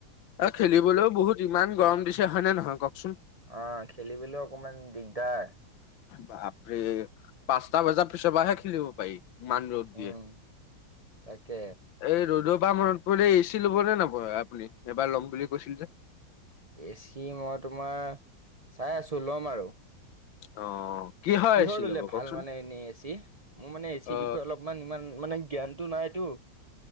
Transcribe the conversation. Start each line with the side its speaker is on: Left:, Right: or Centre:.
Left: আৰু খেলিবলৈও বহুত ইমান গৰম দিছে হয়নে নহয় কওকচোন?
Right: অ' খেলিবলৈ অকমান দিগদাৰ।
Left: বাপৰে পাঁচটা বজাৰ পিছৰ পৰাহে খেলিব পাৰি? ইমান ৰ'দ
Right: উম,
Left: দিয়ে।
Right: তাকে।
Left: এই ৰ'দৰ পৰা মনত পৰিলে, এ চি ল'ব নে নাপ আপুনি এবাৰ ল'ম বুলি কৈছিল যে?
Right: এ চি মই তোমাৰ চাই আছো ল'ম আৰু।
Left: অ'।
Right: কিহৰ
Left: এ চি
Right: ল'লে
Left: ল'ব
Right: ভাল
Left: কওকচোন
Right: মানে এনেই এচি? মোৰ মানে এচিৰ
Left: অ
Right: বিষয়ে অলপমান ইমান মানে জ্ঞান টো নাইতো?